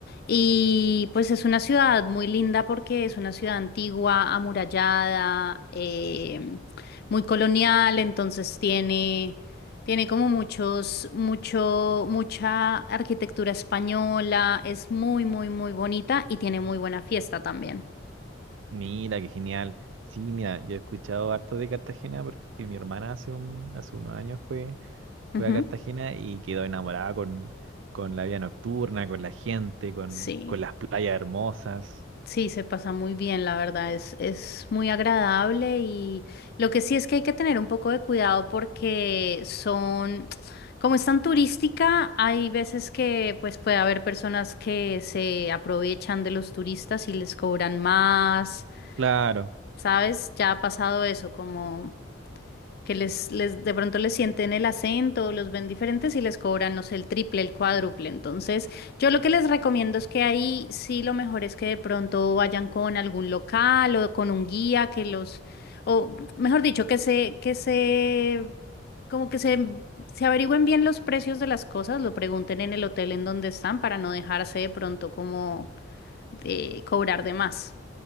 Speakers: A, on the left (about 55°); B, on the right (about 75°).
A: Y pues es una ciudad muy linda porque es una ciudad antigua, amurallada, eh, muy colonial, entonces tiene, tiene como muchos, mucho, mucha arquitectura española, es muy, muy, muy bonita y tiene muy buena fiesta también.
B: mira, qué genial. Sí, mira, yo he escuchado harto de Cartagena porque mi hermana hace, un, hace unos años fue,
A: Ujú,
B: fue a Cartagena y quedó enamorada con, con la vida nocturna, con la gente, con,
A: Sí.
B: con las playas hermosas.
A: Sí, se pasa muy bien, la verdad, es, es muy agradable y lo que sí es que hay que tener un poco de cuidado porque son, como es tan turística, hay veces que pues puede haber personas que se aprovechan de los turistas y les cobran más,
B: Claro.
A: ¿sabes? Ya ha pasado eso, como que les, les de pronto les sienten el acento, los ven diferentes y les cobran, no sé, el triple, el cuádruple. Entonces, yo lo que les recomiendo es que ahí sí lo mejor es que de pronto vayan con algún local o con un guía que los, o mejor dicho, que se, que se, como que se, se averigüen bien los precios de las cosas, lo pregunten en el hotel en donde están para no dejarse de pronto como eh, cobrar de más.